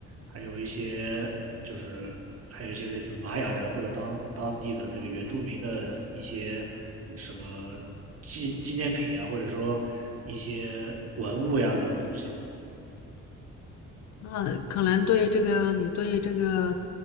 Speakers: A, on the right; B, on the left.
A: 还有一些就是还有一些类似玛雅人或者当当地的这个原住民的一些什么纪纪念品啊，或者说一些文物呀，各种东西。
B: 那可能对这个，你对这个